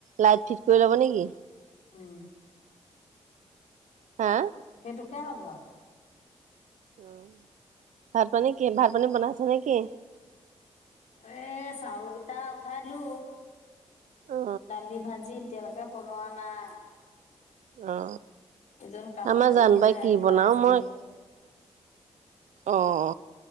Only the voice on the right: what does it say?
লাইট ঠিক কৰি ল'ব নেকি
হা
উম ভাত পানী কি ভাত পানী বনাইছা নে কি
অ
অ
আমাৰ
জান বাই কি
বনাও মই অ অ